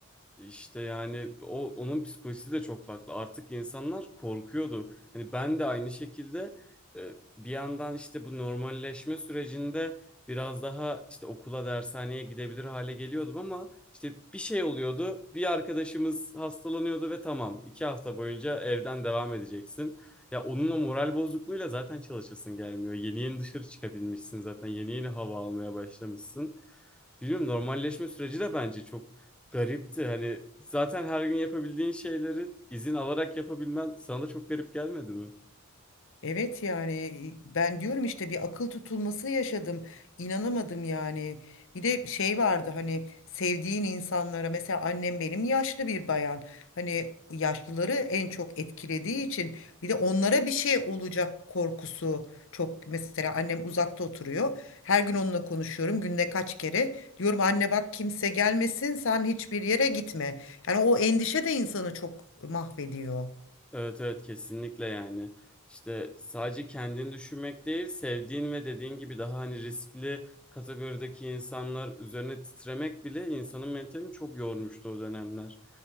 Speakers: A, in the centre; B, on the left.
A: İşte yani o onun psikolojisi de çok farklı. Artık insanlar korkuyordu. Hani ben de aynı şekilde e, bir yandan işte bu normalleşme sürecinde biraz daha işte okula, dershaneye gidebilir hale geliyordum ama işte bir şey oluyordu. Bir arkadaşımız hastalanıyordu ve tamam iki hafta boyunca evden devam edeceksin. Ya onun o moral bozukluğuyla zaten çalışasın gelmiyor. Yeni yeni dışarı çıkabilmişsin zaten. Yeni yeni hava almaya başlamışsın. Biliyorum normalleşme süreci de bence çok garipti. Hani zaten her gün yapabildiğin şeyleri izin alarak yapabilmen sana da çok garip gelmedi mi?
B: Evet yani ben diyorum işte bir akıl tutulması yaşadım. İnanamadım yani. Bir de şey vardı hani sevdiğin insanlara mesela annem benim yaşlı bir bayan. Hani yaşlıları en çok etkilediği için bir de onlara bir şey olacak korkusu çok mesela annem uzakta oturuyor. Her gün onunla konuşuyorum günde kaç kere. Diyorum anne bak kimse gelmesin sen hiçbir yere gitme. Yani o endişe de insanı çok mahvediyor.
A: Evet evet kesinlikle yani. İşte sadece kendini düşünmek değil, sevdiğin ve dediğin gibi daha hani riskli kategorideki insanlar üzerine titremek bile insanın mentalini çok yormuştu o dönemler.